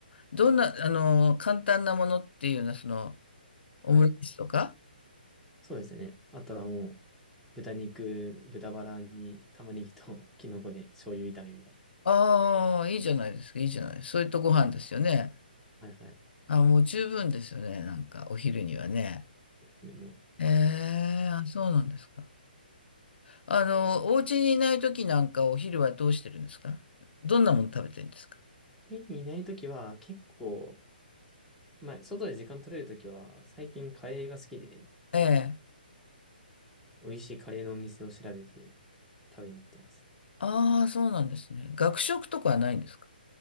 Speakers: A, on the left (about 80°); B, in the centre.
A: どんな、あの、簡単なものっていうのは、その、オムレツとか
B: はい。そうですね。あとはもう、豚肉、豚バラに玉ねぎと <laughs> キノコで醤油炒めみたいな。
A: ああ、いいじゃないですか、いいじゃない。そういったご飯ですよね。
B: はいはい。
A: あ、もう十分ですよね、なんか、お昼にはね。
B: でも、
A: ええ、あ、そうなんですか。あの、お家にいない時なんか、お昼はどうしてるんですかどんなもの食べてるんですか
B: 家にいない時は結構、まあ、外で時間取れる時は、最近カレーが好きで、
A: ええ。
B: 美味しいカレーのお店を調べて食べに行ってます。
A: ああ、そうなんですね。学食とかはないんですか